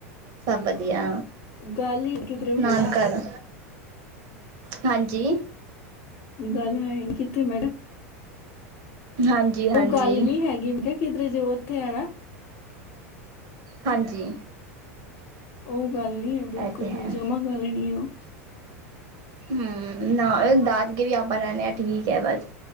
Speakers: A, on the right; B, on the left.
A: ਸਭ ਵਧੀਆ।
B: ਗਾਲੀ, ਕਿਧਰੇ
A: ਨਾਨਕਾ
B: ਹੋਰ
A: ਦਾ ਹਾਂਜੀ
B: ਗੱਲ ਹੈਈ ਨੀ, ਕਿੱਥੇ, ਮੈਂ ਕਿਹਾ
A: ਹਾਂਜੀ ਹਾਂਜੀ
B: ਉਹ ਗੱਲ ਨੀ ਹੈਗੀ, ਮੈਂ ਕਿਹਾ ਕਿਧਰੇ ਜੋ ਉੱਥੇ ਆ ਨਾ
A: ਹਾਂਜੀ
B: ਉਹ ਗੱਲ ਨੀ
A: ਇਹ
B: ਹੈ, ਬਿਲਕੁਲ
A: ਤੇ ਹੈ।
B: ਵੀ, ਜਮਾ ਗੱਲ ਨੀ ਉਹ
A: ਹੂੰ ਨਾ, ਦਾਦਕੇ ਵੀ ਆਪਾਂ ਰਹਿਣੇ ਅ, ਹਾਂ! ਠੀਕ ਹੈ, ਬਸ।